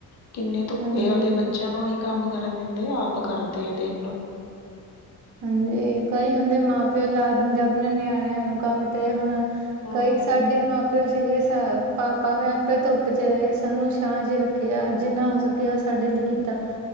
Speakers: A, on the left (about 50°); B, on the right (about 60°).
A: ਕਿੰਨੇ ਧੁੱਪੇ
B: ਹਾਂਜੀ।
A: ਤੇ ਆਪਦੇ ਬੱਚਿਆਂ ਨੂੰ ਨਹੀਂ ਕੰਮ ਕਰਨ ਦਿੰਦੇ, ਆਪ ਕਰਦੇ ਆ ਦੇਖਲੋ।
B: ਹਾਂਜੀ, ਕਈ ਹੁੰਦੇ ਮਾਂ ਪਿਓ ਲਾ ਦਿੰਦੇ ਆਪਣੇ ਨਿਆਣਿਆਂ ਨੂੰ ਕੰਮ ਤੇ ਹੁਣ
A: ਹਾਂਜੀ।
B: ਕਈ ਸਾਡੇ ਮਾਂ ਪਿਓ ਸੀਗੇ, ਸ ਪਾ ਭਾਵੇਂ ਆਪੇ ਧੁੱਪ ਚ ਰਹੇ ਸਾਨੂੰ ਛਾਂ ਚ ਰੱਖ ਖਿਆ, ਜਿੰਨਾ ਹੋ ਸਕਿਆ ਸਾਡੇ ਲਈ ਕੀਤਾ।